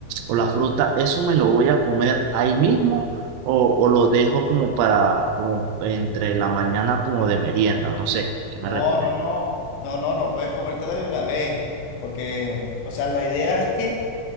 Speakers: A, on the right (about 85°); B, on the left (about 80°).
A: o la fruta, ¿eso me lo voy a comer ahí mismo o, o lo dejo como para, como entre la mañana como de merienda? No sé, ¿qué me
B: No,
A: recomiendas?
B: no, no, no, no, no puedes comértela de una vez, porque, o sea, la idea es que